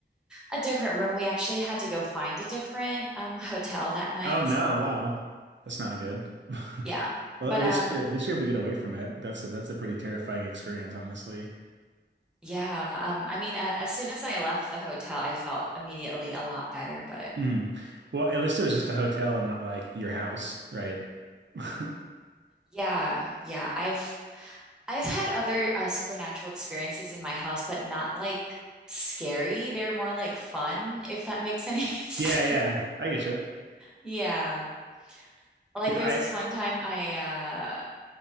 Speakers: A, in the centre; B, on the right.
A: a different room. We actually had to go find a different um, hotel that night.
B: Oh no,
A: So
B: wow. That's not good. <laughs>
A: yeah,
B: Well,
A: but
B: at least
A: um,
B: you're at least you're able to get away from it. That's a that's a pretty terrifying experience, honestly.
A: yeah, um, I mean, uh, as soon as I left the hotel, I felt immediately a lot better. But
B: hmm Well, at least it was just a hotel and not like your house, right? <laughs> hmm
A: yeah, yeah, I've I've had other uh, supernatural experiences in my house, but not like scary. They're more like fun, if that makes any <laughs> sense.
B: Yeah, yeah. I get you.
A: Yeah. Like
B: Yeah,
A: there's
B: I
A: this one time I uh,